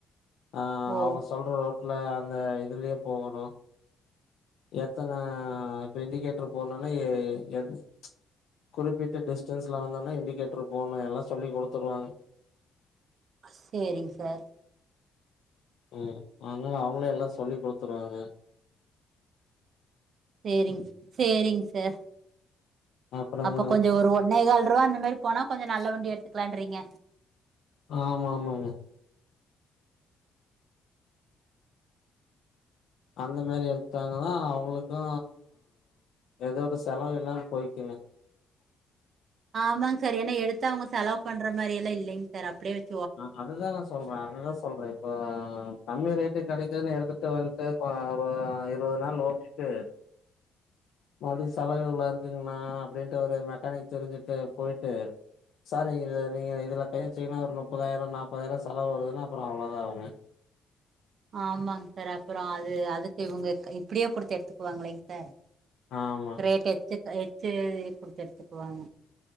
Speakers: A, on the left; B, on the right.
A: ஆஹ்
B: ஓ
A: அவங்க சொல்ற ரோட் ல அந்த இதுலயே போகணு எத்தன இப்ப இண்டிகேட்டரு போடனுன்னா எ எந் குறிப்பிட்ட டிஸ்டன்ஸ்ல வந்தோன்னே இண்டிகேட்டரு போட்ணு எல்லா சொல்லி குடுத்துருவாங்க.
B: சேரிங் சார்
A: ம் அதனால அவங்களே எல்லா சொல்லிக் குடுத்துருவாங்க.
B: சேரிங் சேரிங் சார்.
A: அப்புறோ
B: அப்ப
A: மேடம்
B: கொஞ்ச ஒரு ஒன்னேகால் ரூவா அந்த மாரி போனா கொஞ்ச நல்ல வண்டி எடு த்துக்கலான்றீங்க
A: ஆமா ஆமாங்க. அந்த மாரி எடுத்தாங்னாதா அவங்களுக்கு எதாவது செலவு இல்லாம போய்க்குங்க.
B: ஆமாங்க சார் ஏன்னா எடுத்து அவங்க செலவு பண்ற மாரி எல்லா இல்லைங் சார் அப்டியே வச்
A: ஆ அதுதாங்க சொல்றே அதுதா சொல்றே இப்போ ஆ கம்மி ரேட் டுக்கு கெடைக்குதுன்னு எடுத்துட்டு வந் துட்டு இப்ப ஒரு இருவது நாள் ஓட்டிட்டு மறுபடியு செலவு இவ்ளோ இருக்குங்ண்ணா அப்டின்ட்டு ஒரு மெக்கானிக் தெரிஞ்சுட்டு போயிட்டு சார் இது நீங்க இதுல கை வச்சீங்கன்னா ஒரு நுப்பதாயிரோ நாப்பதாயர்ரூவா செலவு வருதுன்னா அப்புறோ அவ்வளவுதா அவுங்க.
B: ஆமாங்க சார் அப்றோ அது அது இவங்க க இப்டியே குடுத்து எடுத்துக்குவாங்களேங் சார்.
A: ஆமா
B: ரேட் எச்சு க எச் சு குடுத்து எடுத்துக்குவாங்க.